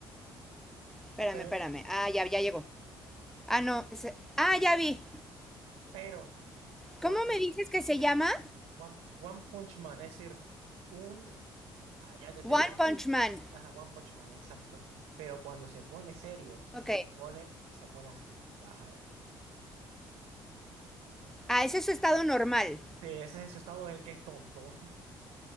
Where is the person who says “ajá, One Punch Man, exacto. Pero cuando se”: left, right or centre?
Right